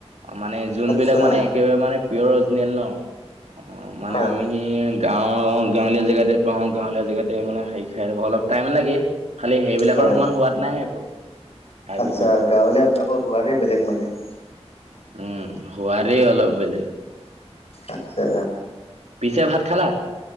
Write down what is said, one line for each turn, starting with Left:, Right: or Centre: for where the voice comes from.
Right: মানে যোনবিলাক
Left: আচ্ছা
Right: মানে একেবাৰে মানে পিয়ৰ অৰজিনেল ন অ মানে
Left: হয়
Right: আমি। এ গাঁৱৰ গাঁৱলীয়া জেগাতে পাও গাঁৱলীয়া জেগাতে মানে হেই খাই <inaudible> অলপ টাইম লাগে। খালি সেইবিলাকৰ
Left: হয়
Right: সমান সোৱাদ নাই আকৌ। হাইব্ৰীড
Left: আচ্ছা
Right: বিলাক
Left: গাঁৱলীয়া বিলাকৰ সোৱাদেই বেলেগ মানে।
Right: উম সোৱাদেই অলপ বেলেগ।
Left: আচ্ছা।
Right: পিছে ভাত খালা।